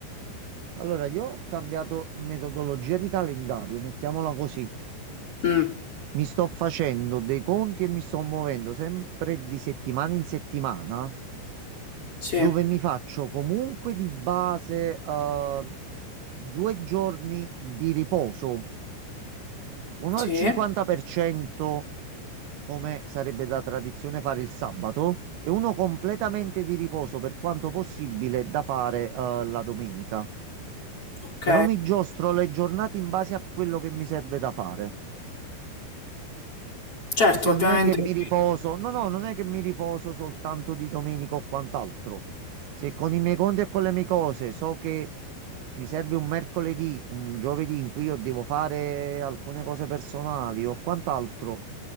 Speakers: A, on the right; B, on the left.
A: Allora, io ho cambiato metodologia di calendario, mettiamola così.
B: Mm,
A: Mi sto facendo dei conti e mi sto muovendo sempre di settimana in settimana.
B: sì,
A: dove mi faccio comunque di base eh, due giorni di riposo, uno
B: sì,
A: al 50% come sarebbe da tradizione fare il sabato e uno completamente di riposo per quanto possibile da fare eh, la domenica.
B: ok.
A: Però mi giostro le giornate in base a quello che mi serve da fare.
B: Certo,
A: Ossia,
B: ovviamente.
A: non è che mi riposo, no, no, non è che mi riposo soltanto di domenica o quant'altro. Se con i miei conti e con le mie cose so che mi serve un mercoledì, un giovedì in cui io devo fare alcune cose personali o quant'altro,